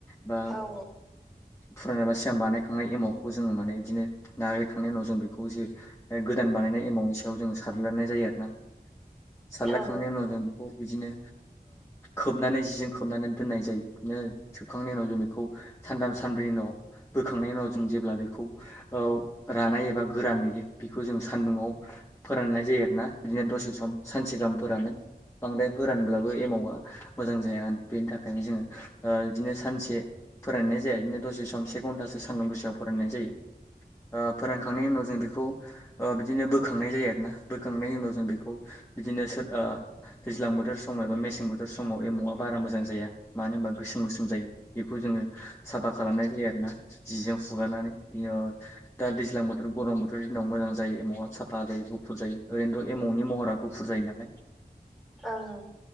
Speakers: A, on the left (about 15°); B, in the centre.
A: बा
B: औ ओं
A: फुरानाबा सिगां बानाय खांनाय एमाउखौ जोङो माने बिदिनो नाग्लिखांनायनि उनाव जों बेखौ जे गोदान बानायनाय एमाउनि सायाव जों सारलानाय जायो आरो ना सारला
B: ओं
A: खांनाय उनाव जों बे खौ बिदिनो खोबनानै जिजों खोबनानै दोननाय जायो बिदिनो सोबखांनायनि उनाव जों बेखौ सानथाम सानब्रैनि उनाव बोखांनायनि उनाव जों जेब्ला बेखौ रानाय एबा गोरान होयो बेखौ जों सान्दुंआव फोराननाय जायो आरोना बिदिनो दसे सम सानसे गाहामफोरानो बांद्राय फोरानब्लाबो एमावा मोजां जाया होनो बेनि थाखायनो जोङो बिदिनो सानसे फोराननाय जाया बिदिनो दसे सम से घन्टासो सानदुं गोसायाव फरायनाय जायो फोरानखांनायनि उनाव जों बेखौ बिदिनो बोखांनाय जायो आरोना बोखांनायनि उनाव जों बेखौ बिदिनो सोर दैज्लां बोथोर समाव एबा मेसें बोथोर समाव एम'आ बारा मोजां जाया मानो होनबा गोसो जायो बेखौ जोङो साफा खालामनाय जायो आरोोना जिजों फुगारनानै बि दा दैज्लां बोथोर गरम बोथोरनि दिनाव मोजां जायो एमौवआ साफा जायो गुफुर जायो ओरैनोथ' एमावनि महरा गुफुर जायो नालाय
B: ओं ओं